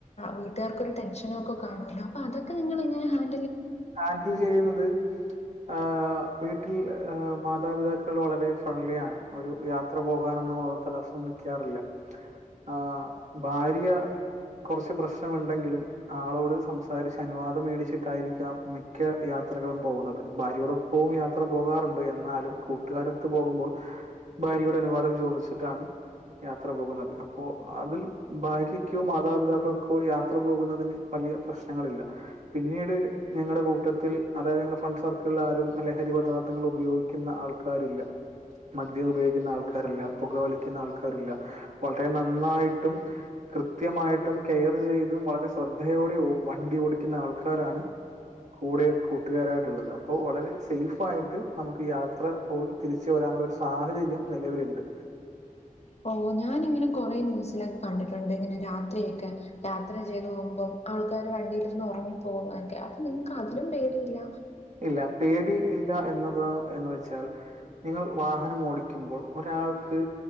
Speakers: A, on the left; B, on the right.
A: വീട്ടുകാർക്ക്രു ടെൻഷനും ഒക്കെ കാണോ അപ്പോ അതൊക്കെ നിങ്ങങ്ങനെഹാൻ
B: ആങ്കിൽ ചെയ്യുന്നത് ആ വീട്ടിൽ മാതാപിതാക്കൾ വളരെ ഫ്രണ്ട്ലിാണ് ഒരു യാത്ര പോകാനൊന്നും അവർ തടസ്സം നൽക്കാറില്ല ആ ഭാര്യ കുറച്ച് പ്രശ്നമുണ്ടെങ്കിലും ആളോട് സംസാരിച്ച് അനുവാദം മേടിച്ചിട്ടായിരിക്കാം മിക്ക യാത്രകളും പോകുന്നത് ഭാര്യയോടൊപ്പവും യാത്ര പോകാറുണ്ട് എന്നാലും കൂട്ടുകാരത്ത് പോകുമ്പോൾ ഭാര്യയുടെ അനുവാദം ചോദിച്ചിട്ടാണ് യാത്ര പോകുന്നത് അപ്പോൊ അതിൽ ഭാര്യക്കോ മാതാപിതാക്കൾക്കോ യാത്ര പോകുന്നതിന് വലിയ പ്രശ്നങ്ങളില്ല പിന്നീട് ഞങ്ങളുടെ കൂട്ടത്തിൽ അതായത് ഞങ്ങളുടെ ഫ്രണ്ട് സർക്കിളിൽ ആരും ലഹരി പദാർത്ഥങ്ങൾ ഉപയോഗിക്കുന്ന ആൾക്കാരില്ല മദ്യം ഉപയോഗിക്കുന്ന ആൾക്കാരല്ല പുകവലിക്കുന്ന ആൾക്കാരില്ല വളരെ നന്നായിട്ടും കൃത്യമായിട്ടും കെയർ ചെയ്തും വളരെ ശ്രദ്ധയോടെ വണ്ടി ഓടിക്കുന്ന ആൾക്കാരാണ് കൂടെ കൂട്ടുകാരായിട്ടുള്ളത് അപ്പോൾ വളരെ സേഫ് ആയിട്ട് നമുക്ക് യാത്ര പോയി തിരിച്ച് വരാനുള്ള ഒരു സാഹചര്യം നിലവിലുണ്ട്
A: ഓ ഞാനിങ്ങനെ കൊറെേ ന്യൂസിലൊക്കെ കണ്ടിട്ടുണ്ട് ഇങ്ങനെ രാത്രിയൊക്കെ യാത്ര ചെയ്ത് പോകുമ്പം ആൾക്കാാര് വണ്ടിയിലിന്ന് ഉറങ്ങി പോകുന്നൊക്കെ അപ്പൊ നിങ്ങക്ക് അതിലും പേടിയില്ല
B: ഇല്ല പേടി ഇല്ല എന്നത് എന്നന്ന് വെച്ചാൽ നിങ്ങൾ വാഹനം ഓടിക്കുമ്പോൾ ഒരാൾക്ക്